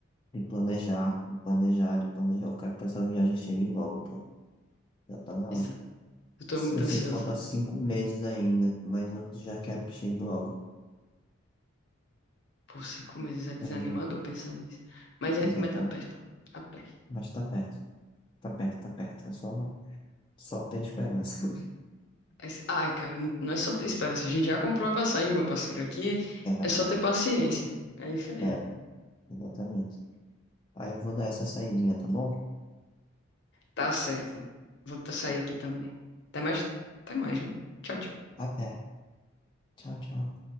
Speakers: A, on the left (about 25°); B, on the left (about 55°).
A: de planejar, de planejar, de planejar. Eu quero que essa viagem chegue logo, pô. Já tá na
B: Exa-
A: hora.
B: Eu tô muito
A: Eu sei
B: ansiosa.
A: que falta cinco meses ainda, mas eu já quero que chegue logo.
B: Por cinco meses é
A: Tá
B: desanimador
A: bom,
B: pensar nisso. Mas, é,
A: exatamente.
B: mas tá perto. Tá perto.
A: Mas tá perto, tá perto, tá perto. É só, só ter esperança. <laughs>
B: Aí você- Ah, cara, n- não é só ter esperança. A gente já comprou a passagem, meu parceiro. Aqui
A: É verdade.
B: é só ter paciência. É isso aí.
A: É, exatamente. Aí eu vou dar essa saidinha, tá bom?
B: Tá certo. Vou tá- sair aqui também. Até mais. Até mais, né? Tchau, tchau.
A: Até. Tchau, tchau.